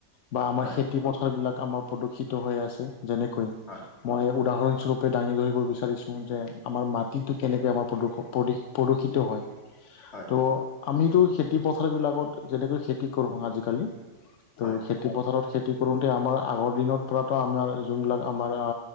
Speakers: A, on the left; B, on the left.
A: বা আমাৰ
B: হয়
A: খেতি পথাৰবিলাক আমাৰ প্ৰদূষিত হৈ আছে যেনেকৈ,
B: হয়
A: মই
B: হয়
A: উদাহৰণ স্বৰূপ দাঙি ধৰিব বিচাৰিছোঁ যে আমাৰ মাটিটো কেনেকৈ আমাৰ প্ৰদূষ প্ৰদূষিত হয়।
B: হয়
A: ত' আমিতো খেতি পথাৰ বিলাকত যেনেকৈ খেতি কৰো আজিকালি। ত'
B: হয়
A: সেইটো খেতিপথাৰত খেতি কৰোঁতে আমাৰ আগৰ দিনত পৰাতো আমাৰ যোনবিলাক আমাৰ